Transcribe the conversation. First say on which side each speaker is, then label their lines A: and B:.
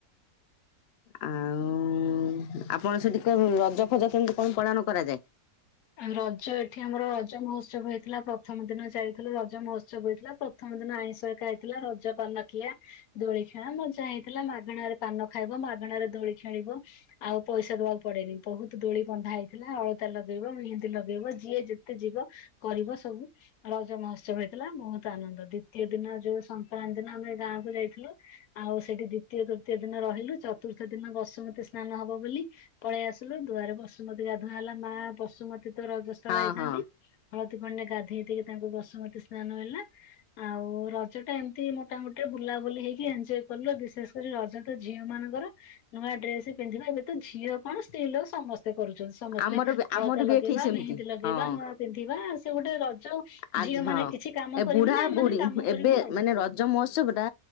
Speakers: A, on the left; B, on the left.
A: ଆଉ ଆପଣ ସେଠି କମ୍ ରଜ ଫଜ କେମିତି କଣ ପାଳନ କରାଯାଏ।
B: ରଜ ଏଠି ଆମର ରଜ ମହୋତ୍ସବ ହେଇଥିଲା ପ୍ରଥମ ଦିନ ଯାଇଥିଲୁ ରଜ ମହୋତ୍ସବ ହେଇଥିଲା। ପ୍ରଥମ ଦିନ ଆଇଁଷ ହେକା ହେଇଥିଲା ରଜ ପାନ ଖିଆ। ଦୋଳି ଖେଳ ମଜା ହେଇଥିଲା ମାଗଣା ରେ ପାନ ଖାଇବ ମାଗଣା ରେ ଦୋଳି ଖେଳିବ। ଆଉ ପଇସା ଦବାକୁ ପଡେନି ବହୁତ ଦୋଳି ବନ୍ଧା ହେଇଥିଲା ଅଳତା ଲଗ ଲଗେଇବ ମେହନ୍ଦୀ ଲଗେଇବ ଯିଏ ଯେତେ ଯିବ କରିବ ସବୁ। ରଜ ମହୋତ୍ସବ ହେଇଥିଲା ବହୁତ ଆନନ୍ଦ ଦ୍ଵିତୀୟ ଦିନ ଯୋଉ ସଂକ୍ରାନ୍ତି ଦିନ ଆମେ ଗାଁକୁୁ ଯାଇଥିଲୁ। ଆଉ ସେଠି ଦ୍ଵିତୀୟ ତୃତୀୟ ଦିନ ରହିଲୁ ଚତୁର୍ଥ ଦିନ ବସୁମତୀ ସ୍ନାନ ହବ ବୋଲି। ପଳେଇ ଆସିଲୁ ଦୁଆରେ ବସୁମତୀ ଗାଧୁଆ ହେଲା ମା ବସୁମତୀ ତ ରଜସ୍ଥଳା
A: ହଁ
B: ହେଇଥାନ୍ତି।
A: ହଁ
B: ହଳଦୀ ପାଣିରେ ଗାଧେଇ ଦେଇକି ତାଙ୍କୁ ବସୁମତୀ ସ୍ନାନ ହେଲା। ଆଉ ରଜ ଟା ଏମିତି ମୋଟାମୋଟିରେ ବୁଲାବୁଲି ହେଇକି ଏଞୟକଲୁ। ବିଶେଷ ରଜତ ଝିଅ ମାନଙ୍କର ନୂଆ ଡ୍ରେସ ପିନ୍ଧିବା ଏବେ ତ ଝିଅ କଣ ସ୍ତ୍ରୀ ଲୋକ ସମସ୍ତେ କରୁଛନ୍ତି। ସମସ୍ତେ
A: ଆମର ବି ଆମର
B: ତା ଲଗେଇବା
A: ବି ଏଠି ସେମିତି
B: ମେହେନ୍ଦୀ ଲଗେଇବା
A: ହଁ।
B: ନୂଆ ପିନ୍ଧିବା ସେ ଗୋଟେ ରଜ
A: ଆଜି
B: ଝିଅ
A: ହଁ
B: ମାନେ କିଛି କାମ
A: ଏ
B: କରିବୁ
A: ବୁଢା
B: ନା ଆମ
A: ବୁଢୀ
B: ମାନେ କାମ
A: ଏବେ
B: କରିବୁ ଆଉ।
A: ମାନେ ରଜ ମହୋତ୍ସବ ଟା